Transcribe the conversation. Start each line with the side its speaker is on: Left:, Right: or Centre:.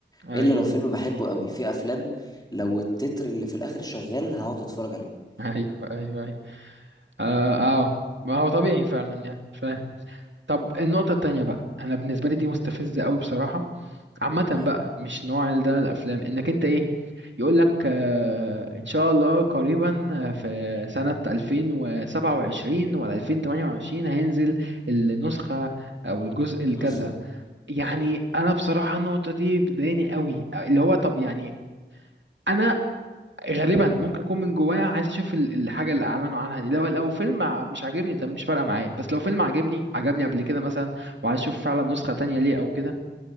Right: أيوه
Left: إلا لو فيلم بحبه قوي في أفلام لو التتر اللي في الآخر شغال هقعد أتفرج عليه
Right: أيوه أيوه أيوه آه آه ما هو طبيعي فعلا يعني فاهم طب النقطة التانية بقى أنا بالنسبة لي دي مستفزة أوي بصراحة عامة
Left: تمام
Right: بقى مش نوع ال- ده الأفلام إنك أنت إيه يقول لك آه إن شاء الله قريبا آه، في سنة 2027 ولا 2028 هينزل النسخة أو الجزء الكذا
Left: <laughs>
Right: يعني أنا بصراحة النقطة دي بتضايقني قوي اللي هو طب يعني أنا غالبا ممكن أكون من جوايا عايز أشوف ال- الحاجة اللي أعلنوا عنها دي لو لو فيلم ع- مش عاجبني طب مش فارقة معايا بس لو فيلم عاجبني عجبني قبل كده مثلا وعايز أشوف فعلا نسخة تانية ليه أو كده